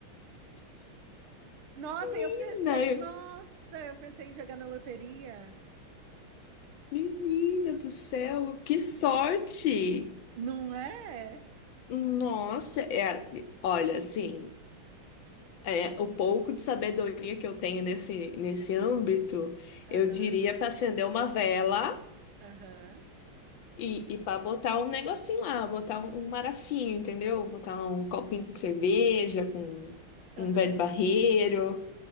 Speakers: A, on the right; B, on the left.
A: Nossa, eu
B: Menina,
A: pensei,
B: eu-
A: nossa, eu pensei em jogar na loteria.
B: menina do céu, que sorte!
A: Não é?
B: Nossa, é, olha, assim. É,
A: Ah,
B: o pouco de sabedoria que eu tenho nesse, nesse âmbito,
A: Aham,
B: eu diria para acender uma vela
A: aham,
B: e, e para botar um negocinho lá, botar um, um marafinho, entendeu? Botar um copinho com cerveja, com
A: aham.
B: um velho barreiro